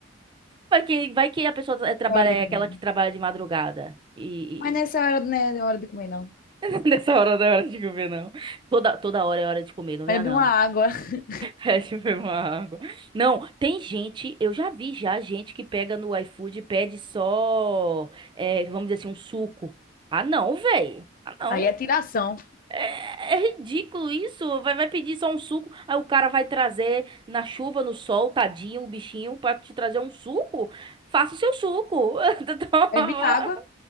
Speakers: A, on the right (about 25°); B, on the left (about 45°).
A: Vai que, vai que a pessoa tra- trabalha,
B: Não é hora
A: é
B: de comer
A: aquela
B: não.
A: que trabalha de madrugada. E,
B: Mas nessa hora não é hora de comer não.
A: e... <laughs> nessa hora não é hora de comer, não. Toda, toda hora é hora de comer, não venha
B: Bebe
A: não.
B: uma água, <laughs>
A: Pede foi uma água. Não, tem gente, eu já vi já gente que pega no iFood e pede só, é, vamos dizer assim, um suco. Ah, não, véi. Ah, não.
B: aí é tiração.
A: É, é ridículo isso. Vai, vai pedir só um suco, aí o cara vai trazer na chuva, no sol, tadinho, o bichinho, pra te trazer um suco. Faça o seu suco. <laughs> Toma.
B: Bebe água,